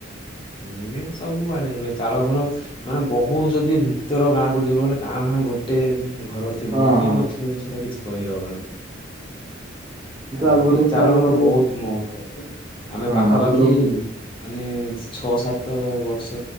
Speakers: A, on the left; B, on the right.
A: ହୁଁ ସବୁଆଡେ ଏବେ ଚାଳ ଘର ମାନେ ବହୁତ ଯଦି ଭିତର ଗାଁକୁ ଯିବ ବୋଲି କାଁ ଭାଁ ଗୋଟେ ଘର ଥିବ
B: ହଁ
A: କି
B: ହଁ ହୁଁ।
A: ନଥିବ ବି ସେଇଟା କିଛି କହିହବନି। ଚାଳଘର
B: ଆଗରୁ
A: କିନ୍ତୁ ଚାଳଘର
B: ପ୍ରାୟତଃ
A: ବହୁତ ମହତ୍ଵ। ଆମେ
B: ହଁ
A: ପାଖାପାଖି
B: ଆଗରୁ
A: ମାନେ ଛଅ ସାତ ବର୍ଷ